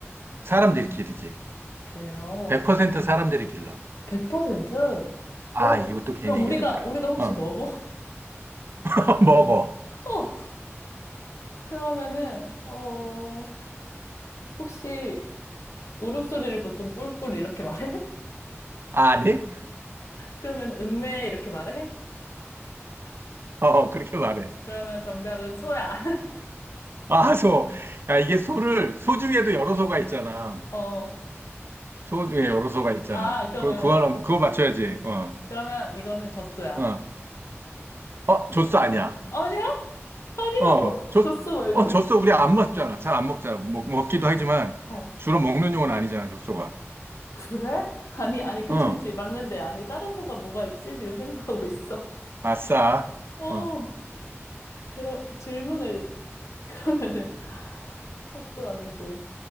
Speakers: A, on the right; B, on the left.
A: 사람들이 길이지.
B: 길러.
A: 100% 사람들이 길러.
B: 100%?
A: 아,
B: 어.
A: 이것도 괜히
B: 그럼
A: 얘기해줬다.
B: 우리가, 우리가 혹시
A: 어,
B: 먹어? <laughs>
A: <laughs> 먹어.
B: 어. 그러면은, 어, 혹시 울음소리를 보통 꿀꿀 이렇게 말해? <laughs>
A: 아니?
B: 그러면 음메 이렇게 말해?
A: 어, 그렇게 말해.
B: 그러면 정답은 소야.
A: 아, 소.
B: <laughs> 어,
A: 야, 이게 소를, 소 중에도 여러 소가 있잖아.
B: 어.
A: 소 중에 여러소가 있잖아.
B: 아, 그러면,
A: 그, 그거 하나, 그거 맞춰야지. 어,
B: 그러면 이거는 젖소야.
A: 어, 어, 젖소 아니야.
B: 아니야? 아니라고?
A: 어,
B: <laughs>
A: 젖,
B: 젖소 말고?
A: 어, 젖소 우리 안 먹잖아. 잘 안 먹잖아. 먹, 먹기도 하지만
B: 어.
A: 주로 먹는 용은 아니잖아, 젖소가.
B: 그래? 아니, 아니, 그치,
A: 어,
B: 그치. 맞는데. 아니, 다른 소가 뭐가 있지? 지금 생각하고 있어.
A: 아싸.
B: <laughs> 어.
A: 어,
B: 그럼 질문을 <laughs> 그러면은 찻도 아니고